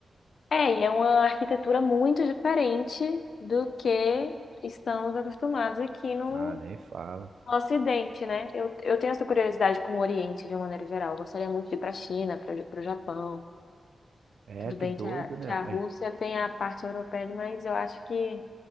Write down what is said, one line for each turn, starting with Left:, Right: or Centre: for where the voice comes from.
Left: É, e é uma arquitetura muito diferente do que estamos acostumados aqui no,
Right: Ah, nem fala.
Left: O Ocidente, né? Eu, eu tenho essa curiosidade com o Oriente de uma maneira geral. Eu gostaria muito de ir para a China, para o Japão.
Right: É,
Left: Tudo
Right: que
Left: bem
Right: doido,
Left: que a,
Right: né?
Left: que a
Right: A-
Left: Rússia tem a parte europeia, mas eu acho que